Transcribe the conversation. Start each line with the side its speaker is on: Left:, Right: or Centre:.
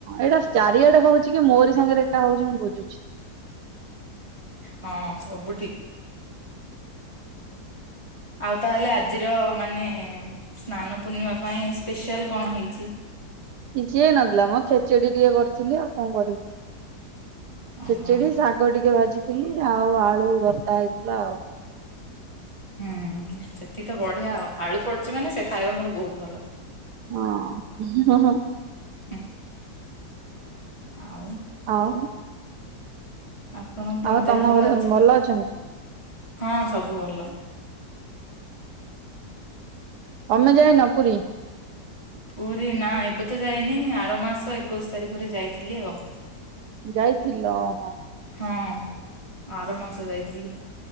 Right: ଏଇଟା ଚାରିଆଡେ ହଉଛି କି ମୋରି ସାଙ୍ଗରେ ଏକା ହଉଛି ମୁଁ ବୁଝୁଛି
Left: ହଁ ସବୁ ଠିକ ଆଉ ତାହେଲେ ଆଜିର ମାନେ ସ୍ନାନ ପୂର୍ଣ୍ଣିମା ପାଇଁ ସ୍ପେଶାଲ କଣ ହେଇଛି?
Right: କିଛି ହେଇ ନଥିଲା ମଁ ଖେଚେଡି ଟିକେ କରିଥିଲି ଆଉ କଣ କରିବି।
Left: ଓହୋ
Right: ଖିଚେଡି ଶାଗ ଟିକେ ଭାଜିଥିଲି ଆଉ ଆଳୁ ଭର୍ତ୍ତା ହେଇଥିଲା ଆଉ
Left: ହୁଁ ସେଠି ତ ବଢିଆ ଆଉ ଆଳୁ ପଡୁଚ ମାନେ ସେ ଖାଇବା ମୋର ବହୁତ ଭଲ
Right: ହଁ ହ ହ
Left: ହୁଁ, ଆଉ
Right: ଆଉ
Left: ଆପଣ ମାନ ତମ
Right: ଆଉ
Left: ଦେହ ଭଲ
Right: ଘରେ
Left: ଅଛି
Right: ଅଛନ୍ତି
Left: ହଁ ସବୁ ଭଲ।
Right: ହଁ ତମେ ଯାଇନ ପୁରୀ?
Left: ପୁରୀ ନା ଏବେ ତ ଯାଇନି ଆର ମାସ ଏକୋଇଶି ତାରିଖରେ ଯାଇଥିଲି ଆଉ
Right: ଯାଇଥିଲ ଓହୋ
Left: ହଁ ଆର ମାସ ଯାଇଥିଲି